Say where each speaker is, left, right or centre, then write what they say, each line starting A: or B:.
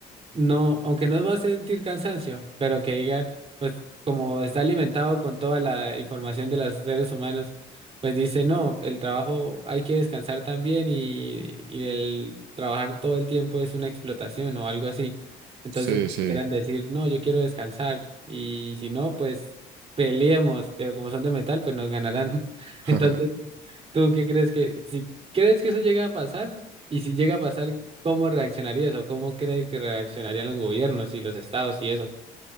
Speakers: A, on the right; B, on the right.
A: no, aunque no va a sentir cansancio, pero que diga, pues como está alimentado con toda la información de los seres humanos, pues dice, no, el trabajo hay que descansar también y, y el trabajar todo el tiempo es una explotación o algo así. Entonces
B: sí, sí.
A: quieran decir, no, yo quiero descansar y si no, pues peleemos, pero como son de metal, pues nos ganarán. <laughs>
B: <laughs>
A: Entonces, ¿tú qué crees que, si crees que eso llega a pasar? Y si llega a pasar, ¿cómo reaccionarías o cómo crees que reaccionarían los gobiernos y los estados y eso?